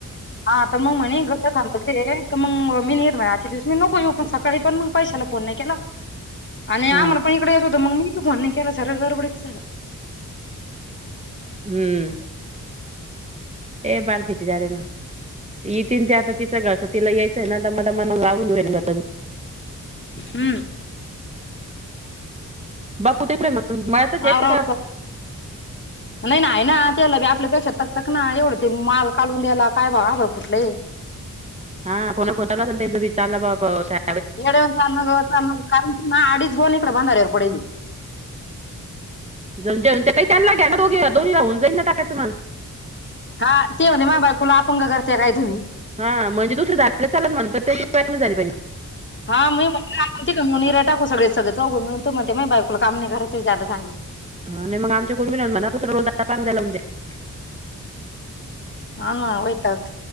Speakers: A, on the left; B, on the right.
A: हा आता मग म्हणे घड्ड काल. मग मी नाहीेत म्हणे आजच्या दिवस मी नको येऊ, पण सकाळी पण मग पैशाला फोन नाही केला. आणि आम्हाला
B: हा
A: पण इकडे यायच होत, मग मी त फोन नाही केला सार गडबडीच झाल.
B: हम्म. ए बालकिती झाल ना. इतीन ते आता तिचं घरच तिला यायचंय ना दमा दमान लावून घेऊ घर
A: हम्म.
B: बापू तीकडे हाये मळ्यातच आहे
A: आवरावर
B: का?
A: नाही नाही आहे ना, त्याला आपल्यापेक्षा तकतक ना, एवढं ते माल कालवून द्यायला काय आभाळ फुटलंय?
B: हा कोणा खोताला त्यांन विचारलं बाबा काय?
A: एड्या वानी चालू नग चालू नग का म्हणतोय, अडीच गोनी इकड बांदवर पडती.
B: जाेऊन ते काही त्यांना घ्या ना, दोघे दोन होऊन जाईन ना टाकायचं मग
A: हा ते म्हणले माह्या बायकुला अपंग करते काय तुम्ही?
B: हां म्हणजे दुसर झाली तर चालाल म्हन, पण त्याची बायको नाही झाली पाहिजे.
A: हां मी म्हंटल आपण तिघं मिळून यीरिया टाकू सगळे चौघे जण, तो म्हते माह्या बायकोला काम नाही कराच ज्यादा सांगायच.
B: हा नाही मग आमच्या कुूनबी नाही म्हणा, दुसऱ्याच्या कुणाच्या बांधाला लावून् द्या.
A: हा ना वैयताग